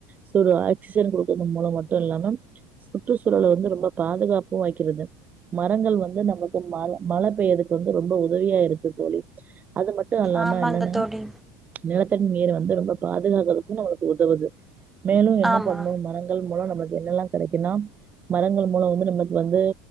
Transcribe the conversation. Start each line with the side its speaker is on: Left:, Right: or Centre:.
Right: சோ ஒரு ஆக்சிஜன் குடுக்கறது மூலம் மட்டு இல்லன்னா சுற்றுச்சூழல வந்து ரொம்ப பாதுகாப்பும் வைக்கிறது மரங்கள் வந்து நமக்கு ம மழ பெய்யறதுக்கு வந்து ரொம்ப உதவியா இருக்கு தோழி அது மட் விட்டு அல்லாம
Centre: ஆமாங்க
Right: என்னன்னா
Centre: தோழி
Right: நிலத்தடி நீர வந்து ரொம்ப பாதுகாக்கறதுக்கு நம்மளுக்கு உதவுது மேலும் என்ன
Centre: ஆமா
Right: பண்ணும் மரங் ங்கள் மூலம் நமக்கு என்னெல்லா கிடைக்குன்னா மரங்கள் மூலம் வந்து நமக்கு வந்து